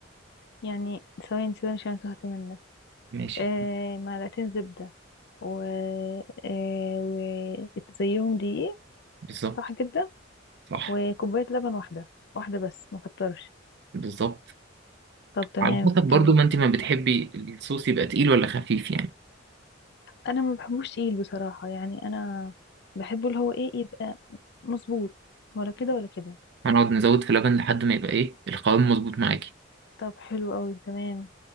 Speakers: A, on the left; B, on the right.
A: يعني ثواني ثواني عشان أنا تهت منك
B: ماشي
A: آه معلقتين زبده و آه وزيهم دقيق
B: بالظبط
A: صح كده
B: صح
A: وكوبايه لبن واحده واحده بس ما كترش
B: بالظبط
A: طب تمام
B: على حسب برضو
A: كمل
B: ما انت ما بتحبي الصوص يبقى تقيل ولا خفيف يعني
A: انا ما بحبوش تقيل بصراحه يعني انا بحبه اللي هو ايه يبقى مظبوط ولا كده ولا كده
B: هنقعد نزود في لبن لحد ما يبقى ايه القوام مظبوط معاكي
A: طب حلو قوي تمام